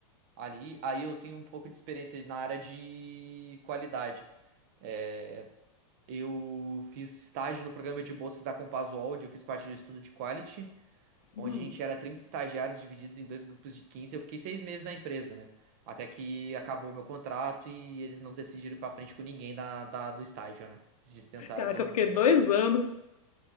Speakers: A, on the right; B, on the left.
A: ali. Aí eu tenho um pouco de experiência na área de qualidade. É, eu fiz estágio no programa de bolsas da Compasuol, onde eu fiz parte do estudo de quality, onde
B: Uhum.
A: a gente era 30 estagiários divididos em dois grupos de 15. Eu fiquei seis meses na empresa, né? Até que acabou meu contrato e eles não decidiram ir pra frente com ninguém da, da- do estágio, né? Eles dispensaram
B: Caraca,
A: todo
B: eu fiquei
A: mundo, infelizmente.
B: dois anos.